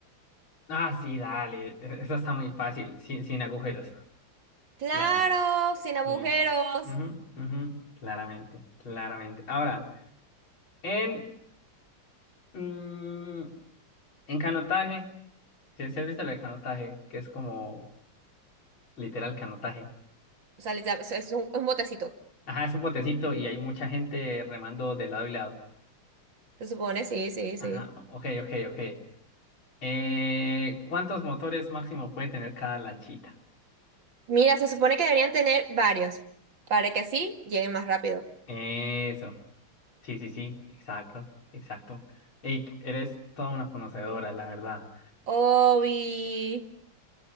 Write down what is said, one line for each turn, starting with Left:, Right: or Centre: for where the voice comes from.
Left: Ah, sí, dale. e-, Eso está muy fácil, sin, sin agujeros.
Right: Claro,
Left: Plano.
Right: sin agujeros.
Left: Eh, ujú, ujú, Claramente, claramente. Ahora, en... mm, en canotaje. Si has visto el canotaje, que es como literal canotaje.
Right: O sea, literal, es es un, un botecito,
Left: Ajá, es un botecito y hay mucha gente remando de lado y lado.
Right: se supone, sí, sí,
Left: Ajá,
Right: sí.
Left: o- ok, ok, ok. Eh, ¿cuántos motores máximo puede tener cada lanchita?
Right: Mira, se supone que deberían tener varios, para que así lleguen más rápido.
Left: Eso. Sí, sí, sí, exacto, exacto. Ey, eres toda una conocedora, la verdad.
Right: Obi.